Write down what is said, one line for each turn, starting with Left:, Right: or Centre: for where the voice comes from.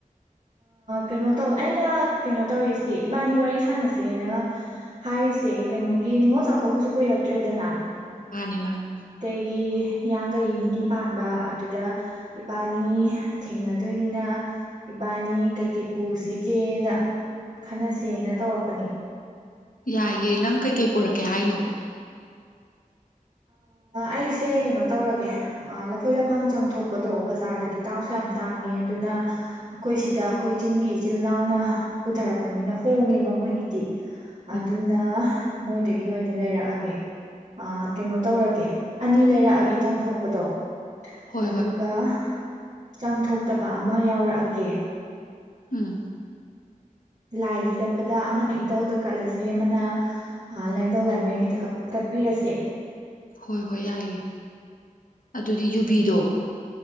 Right: ꯀꯩꯅꯣ ꯇꯧ ꯑꯩꯅ ꯀꯩꯅꯣ ꯇꯧꯔꯤꯁꯦ ꯏꯕꯥꯅꯤ ꯋꯥꯔꯤ ꯁꯥꯟꯅꯁꯦꯅ ꯍꯥꯏꯔꯤꯁ ꯁꯦ ꯀꯩꯅꯣꯒꯤ
Left: ꯎꯝ
Right: ꯅꯤꯡꯉꯣ ꯆꯥꯛꯀꯧꯕꯁꯨ ꯀꯨꯏꯔꯇꯦ ꯇꯔ꯭ꯦꯗꯅ
Left: ꯃꯥꯅꯦ ꯃꯥꯅꯦ
Right: ꯒꯤ ꯍꯤꯌꯥꯡꯒꯩꯒꯤ ꯅꯤꯅꯤ ꯄꯥꯟꯕ ꯑꯗꯨꯗ ꯏꯕꯥꯅꯤ ꯊꯦꯡꯅꯗꯣꯏꯅꯤꯅ ꯏꯕꯥꯅꯤ ꯀꯩꯀꯩ ꯄꯨꯁꯤꯒꯦꯅ ꯈꯟꯅꯁꯦꯅ ꯇꯧꯔꯛꯄꯅꯤ
Left: ꯌꯥꯏꯌꯦ ꯅꯪ ꯀꯩꯀꯩ ꯄꯔꯛꯀꯦ ꯍꯥꯏꯅꯣ
Right: ꯑꯩꯁꯦ ꯀꯩꯅꯣ ꯇꯧꯔꯒꯦ ꯂꯐꯣꯏ ꯂꯐꯥꯡ ꯆꯪꯊꯣꯛꯄꯗꯣ ꯕꯖꯥꯔꯗꯗꯤ ꯇꯥꯎꯁꯨ ꯌꯥꯝ ꯇꯥꯡꯉꯦ ꯑꯗꯨꯅ ꯑꯩꯈꯣꯏ ꯁꯤꯗ ꯑꯩꯈꯣꯏ ꯆꯤꯡꯒꯤ ꯏꯆꯤꯜ ꯏꯅꯥꯎꯅ ꯄꯨꯊꯔꯛꯄꯅꯤꯅ ꯍꯣꯡꯉꯦꯕ ꯃꯣꯏꯒꯤꯗꯤ ꯑꯗꯨꯅ
Left: ꯎꯝ
Right: ꯃꯣꯏꯗꯒꯤ ꯑꯣꯏꯅ ꯂꯩꯔꯛꯑꯒꯦ ꯀꯩꯅꯣ ꯇꯧꯔꯒꯦ ꯑꯅꯤ ꯂꯩꯔꯛꯑꯒꯦ ꯆꯪ ꯊꯣꯛꯄꯗꯣ
Left: ꯍꯣꯏ
Right: ꯑꯗꯨꯒ
Left: ꯍꯣꯏ
Right: ꯆꯉ ꯊꯣꯛꯇꯕ ꯑꯃ ꯌꯥꯎꯔꯛꯑꯒꯦ
Left: ꯎꯝ
Right: ꯂꯥꯏꯒꯤ ꯀꯠꯄꯗ ꯑꯃꯅ ꯏꯙꯧꯗ ꯀꯠꯂꯁꯦ ꯑꯃꯅ ꯂꯥꯏꯙꯧ ꯂꯥꯏꯃꯔꯦꯟꯒꯤꯗ ꯀꯠꯄꯤꯔꯁꯦ
Left: ꯍꯣꯏ ꯍꯣꯏ ꯌꯥꯏꯌꯦ ꯑꯗꯨꯗꯤ ꯌꯨꯕꯤꯗꯣ
Right: ꯎꯝ